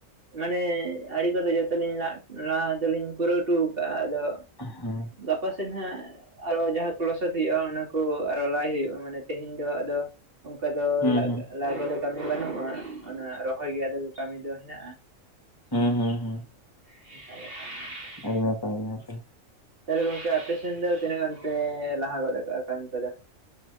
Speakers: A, on the right; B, on the left.
A: ᱢᱟᱱᱮ ᱟᱲᱮ ᱠᱚᱫᱚ ᱡᱚᱛᱚ ᱞᱤᱧ ᱞ ᱫᱚᱞᱤᱧ ᱯᱩᱨᱟᱹᱣ ᱦᱚᱴᱚ ᱟᱠᱟᱜᱼᱟ ᱟᱫᱚ
B: ᱦᱮᱸ
A: ᱜᱟᱯᱟ ᱥᱮᱫ ᱦᱟᱸᱜ ᱟᱨᱚ ᱡᱟᱦᱟᱸ ᱠᱚ ᱞᱚᱥᱚᱫ ᱦᱩᱭᱩᱜᱼᱟ ᱚᱱᱟ ᱠᱚ ᱟᱨᱚ ᱞᱟᱭ ᱦᱩᱭᱩᱜᱼᱟ ᱢᱟᱱᱮ ᱛᱮᱦᱮᱧ ᱫᱚ ᱟᱫᱚ ᱚᱱᱠᱟ ᱫᱚ
B: ᱦᱩᱸ
A: ᱞᱟ
B: ᱦᱩᱸ
A: ᱞᱟᱜ ᱫᱚ ᱠᱟᱹᱢᱤ ᱵᱟᱹᱱᱩᱜ ᱾ ᱚᱱᱟ ᱨᱚᱦᱚᱭ ᱜᱮ ᱟᱫᱚ ᱠᱟᱹᱢᱤ ᱫᱚ ᱦᱮᱱᱟᱜᱼᱟ ᱾ <inaudible>
B: ᱦᱩᱸ ᱦᱩᱸ ᱦᱩᱸ ᱟᱹᱰᱤ ᱱᱟᱯᱟᱭ ᱜᱚᱝᱠᱮ
A: ᱛᱟᱦᱚᱞᱮ ᱜᱚᱝᱠᱮ ᱟᱯᱮ ᱥᱮᱱ ᱫᱚ ᱛᱤᱱᱟᱹᱜ ᱜᱟᱱ ᱯᱮ ᱞᱟᱦᱟ ᱜᱚᱫ ᱠᱟᱜ ᱠᱟᱹᱢᱤ ᱠᱚᱫᱚ?